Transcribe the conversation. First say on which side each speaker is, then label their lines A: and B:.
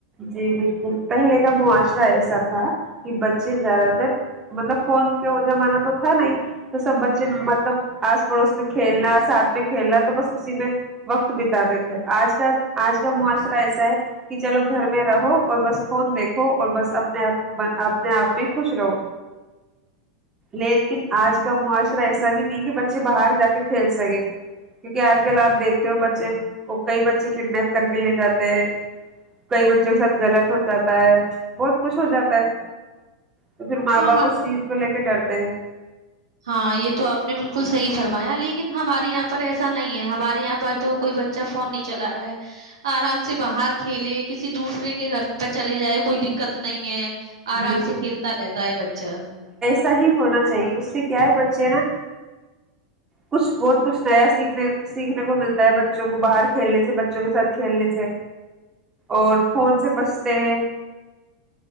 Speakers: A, on the right (about 20°); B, on the right (about 70°).
A: جی بالکل پہلے کا معاشرہ ایسا تھا کہ بچے زیادہ تر مطلب فون کا زمانہ تو تھا ن ہی تو سب بچے مطلب آس پڑوس میں کھیلنا ساتھ میں کھیلنا تو بس اسی میں وقت بتاتے تھے آج کا آج کا معاشرہ ایسا ہے کہ چلو گھر میں رہو اور بس فون دیکھو اور بس اپنے اپنے آپ میں خوش رہو لیکن آج
B: ہاں
A: کا معاشرہ ایسا بھی کہ بچے باہر جا کے کھیل سکے کیونکہ آج کل آپ دیکھتے ہو بچے کو کئی بچے کڈنیپ کر کے لے جاتے ہیں کئی بچوں کے ساتھ غلط ہو جاتا ہے بہت کچھ ہو جاتا ہے تو پھر ماں
B: ہاں
A: باپ
B: م
A: اس چیز کو لے کے ڈرتے ہیں
B: ہاں یہ تو آپ نے بالکل صحیح فرمایا لیکن ہمارے یہاں پر ایسا نہیں ہے ہمارے یہاں پر تو کوئی بچہ فون نہیں چلا رہا ہے آرام سے باہر کھیلے کسی دوسرے کے گھر پہ چلے جائے کوئی دقت نہیں ہے آرام
A: جی
B: سے کھیلتا رہتا تا ہے بچا
A: صحیح ہونا چاہیے اس سے کیا ہے بچے نا کچھ بہت کچھ نیا سیکھنے سیکھنے کو ملتا ہے بچوں کو باہر کھیلنے سے بچوں کے ساتھ کھیلنے سے اور فون سے بچتے ہیں